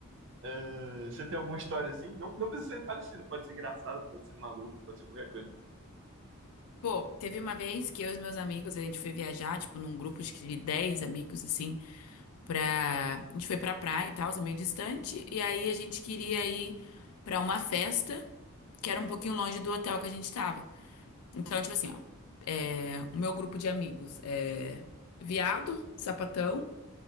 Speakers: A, on the right (about 55°); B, on the left (about 75°).
A: Ah, você tem alguma história assim? Não, não precisa ser parecida, pode ser engraçada, pode ser maluco, pode ser qualquer coisa.
B: Pô, teve uma vez que eu e os meus amigos, a gente foi viajar, tipo, num grupo acho que de 10 amigos, assim, pra... A gente foi pra praia e tal, é meio distante, e aí a gente queria ir pra uma festa, que era um pouquinho longe do hotel que a gente tava. Então, tipo assim, ó, é... o meu grupo de amigos é viado, sapatão,